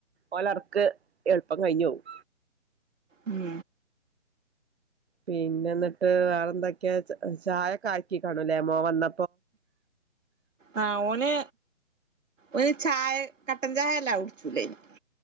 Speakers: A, on the right (about 55°); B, on the right (about 85°).
A: ഓലൊർക്ക് എളുപ്പം കഴിഞ്ഞോവും
B: ഉം
A: പിന്നെ എന്നിട്ട് വേറെ എന്തൊക്കെ ചായക്കെ ആക്കി കാണൂലേ മോൻ വന്ന
B: ആ ഓന് ഓന് ചായ കട്ടൻ ചായ വല്ലാത കുടിച്ചൂലയ്ന്